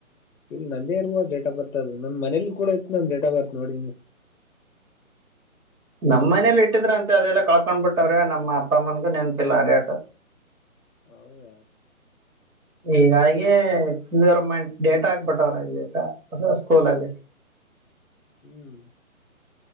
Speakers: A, on the left; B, on the right.
A: ಇಲ್ಲಿ ನಂದೇ ಇರ್ಬೋದ ಡೇಟ್ ಆಫ್ ಬರ್ತದ. ನಮ್ಮ್ನೇಲಿ ಕೂಡ ಇತ್ತ ನನ್ ಡೇಟ್ ಆ ಬರ್ ನೋಡಿ
B: ನಮ್ಮ್ನೇಲಿ ಇಟ್ಟಿದ್ರ ಅಂತ ಅದೆಲ್ಲ ಕಳ್ಕೊಂಡ ಬಿಟ್ಟ್ರೆ ನಮ್ಮ ಅಪ್ಪಮ್ಮನ್ಗೂ ನೆನ್ಪಿಲ್ಲ ಅದೇಟ್
A: ಹೌದ.
B: ಹೀಗಾಗಿ ಗರ್ಮೆಂಟ್ ಡೇಟಾ ಹಾಕ್ಬಿಟ್ಟವ್ರ ಇಲ್ಲಿ ಹೊಸ ಸ್ಕೂಲಲ್ಲಿ
A: ಹ್ಞೂ.